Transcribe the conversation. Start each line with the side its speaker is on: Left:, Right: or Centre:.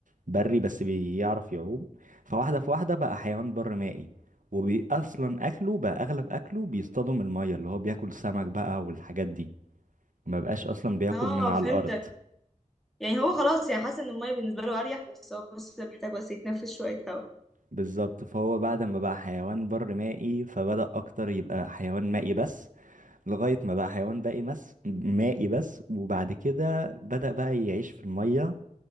Right: بري بس بيعرف يعوم فواحدة في واحدة بقى حيوان بر مائي وبي أصلا أكله بقى أغلب أكله بيصطادوا من المية اللي هو بياكل سمك بقى والحاجات دي ما بقاش أصلا بياكل
Centre: اه
Right: من على
Centre: فهمتك
Right: الأرض
Centre: يعني هو خلاص يعني حاسس ان الميه بالنسبه له اريح بس هو بس محتاج بس يتنفس شويه هواء
Right: بالظبط فهو بعد ما بقى حيوان بر مائي فبدأ أكتر يبقى حيوان مائي بس لغاية ما بقى حيوان باقي بس مائي بس وبعد كده بدأ بقى يعيش في المية